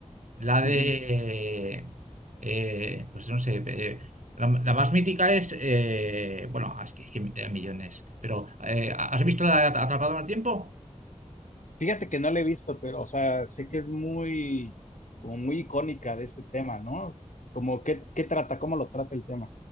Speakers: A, on the right; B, on the left.
A: La de,
B: ujú.
A: eh, pues no sé, eh, la, la más mítica es, eh, bueno, ah, es que, es que hay millones, pero eh, ¿has visto la de Atrapado en el tiempo?
B: Fíjate que no la he visto, pero, o sea, sé que es muy, como muy icónica de este tema, ¿no? Como qué, qué trata, cómo lo trata el tema.